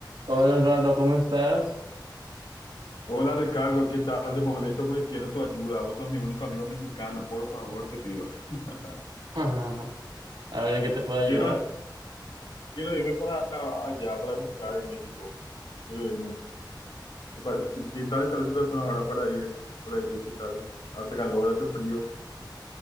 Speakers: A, on the right; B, on the left.
A: Hola Osvaldo, ¿cómo estás?
B: Hola Ricardo, ¿qué tal? Te molesto porque quiero tu ayuda. Vos sos mi único amigo mexicano, por favor, te pido. <laughs>
A: <laughs> A ver, ¿en qué te puedo ayudar?
B: Quiero, quiero irme para allá, para visitar México. Quiero irme. ¿Qué, pa- qué- qué tal está la situación ahora para ir? Por ahí, ¿qué tal? Hace calor, hace frío.